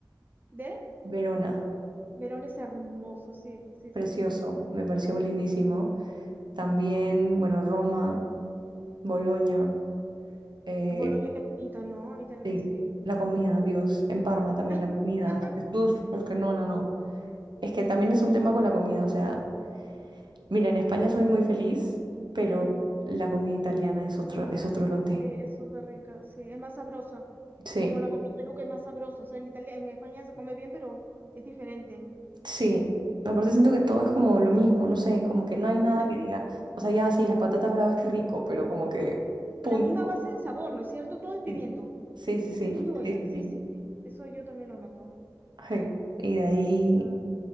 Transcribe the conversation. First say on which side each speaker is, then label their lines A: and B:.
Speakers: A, on the right; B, on the right.
A: ¿De?
B: Verona,
A: Verón es hermoso, sí, sí,
B: precioso,
A: sí, sí.
B: me pareció lindísimo. También, bueno, Roma, Bolonia, eh,
A: En Bolonia, qué bonito, ¿no? A mí también,
B: sí,
A: eh, sí,
B: la
A: bonito.
B: comida, Dios, en Parma también
A: <laughs>
B: la comida, Jesús, es que no, no, no. Es que también es un tema con la comida, o sea, mira, en España soy muy feliz, pero
A: Mm,
B: la comida italiana es otro, es otro lote.
A: sí, es súper rica, sí, es más sabrosa.
B: Sí,
A: Como la comida en Perú, que es más sabrosa. O sea, en Italia, en España se come bien, pero es diferente.
B: sí.
A: Sí. <laughs>
B: Aparte siento que todo es como lo mismo, no sé, como que no hay nada
A: Ya.
B: que diga, o sea, ya sí, las patatas bravas, qué rico, pero como que, punto.
A: La misma base de sabor, ¿no es cierto? Todo es pimiento.
B: Sí, sí, sí, sí,
A: Pimiento cebolla,
B: sí, sí.
A: sí,
B: sí.
A: sí, sí, eso yo también lo noto.
B: Ay, Y de ahí...
A: Ah.